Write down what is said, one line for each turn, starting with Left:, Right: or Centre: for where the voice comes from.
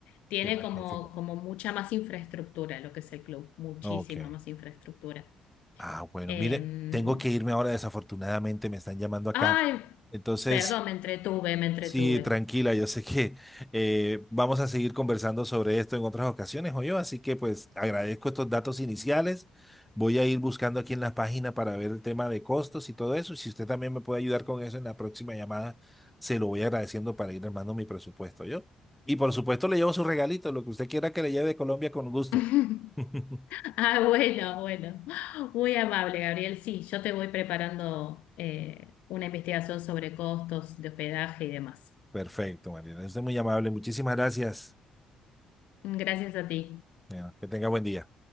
Left: tiene
Centre: qué magnífico.
Left: como, como mucha más infraestructura lo que es el club, muchísima
Centre: Ok.
Left: más infraestructura.
Centre: Ah, bueno,
Left: Eh,
Centre: mire, tengo que irme ahora, desafortunadamente me están llamando acá.
Left: ay,
Centre: Entonces,
Left: perdón, me entretuve, me entretuve.
Centre: Sí, tranquila, yo sé que eh, vamos a seguir conversando sobre esto en otras ocasiones, o yo, así que pues agradezco estos datos iniciales. Voy a ir buscando aquí en la página para ver el tema de costos y todo eso. Y Si usted también me puede ayudar con eso en la próxima llamada, se lo voy agradeciendo para ir armando mi presupuesto, yo. Y por supuesto le llevo su regalito, lo que usted quiera que le lleve de Colombia con gusto.
Left: <laughs>
Centre: <laughs>
Left: Ah, bueno, bueno. Muy amable, Gabriel. Sí, yo te voy preparando eh, una investigación sobre costos de hospedaje y demás.
Centre: Perfecto, Mariana. Usted es muy amable. Muchísimas gracias.
Left: Gracias a ti.
Centre: Bueno, que tenga buen día.